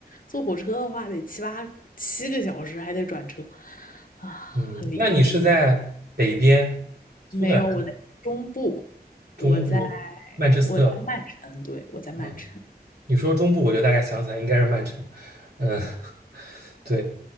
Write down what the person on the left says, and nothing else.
坐火车的话得七八七个小时，还得转车，啊，
很离谱。
没有，我在中部，
我在我在曼城，对，我在曼城。